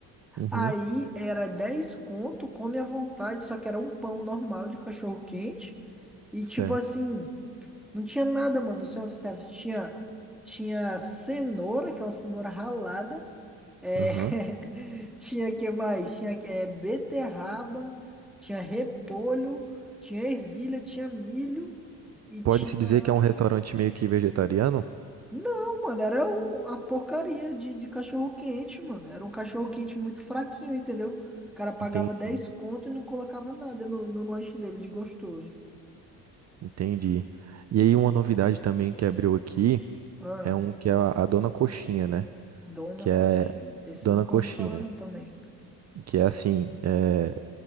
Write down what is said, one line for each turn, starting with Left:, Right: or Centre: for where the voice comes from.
Right: Uhum,
Centre: Aí era 10 conto, come à vontade, só que era um pão normal de cachorro quente. E
Right: certo.
Centre: tipo assim, não tinha nada, mano. No self-service tinha, tinha cenoura, aquela cenoura ralada. É,
Right: Aham.
Centre: <laughs> tinha que mais? Tinha é, beterraba, tinha repolho, tinha ervilha, tinha milho e tinha.
Right: Pode-se dizer que é um restaurante meio que vegetariano?
Centre: Não, mano, era um- uma porcaria de, de cachorro quente, mano. Era um cachorro quente muito fraquinho, entendeu? O cara pagava
Right: Entendi,
Centre: 10 conto e não colocava nada no, no lanche dele de gostoso.
Right: entendi. E aí uma novidade também que abriu aqui
Centre: Ah,
Right: é um que é a, a Dona Coxinha, né?
Centre: Dona
Right: Que
Centre: Coxinha.
Right: é
Centre: Esse
Right: Dona
Centre: eu nunca
Right: Coxinha,
Centre: ouvi falar, não, também.
Right: que é assim, é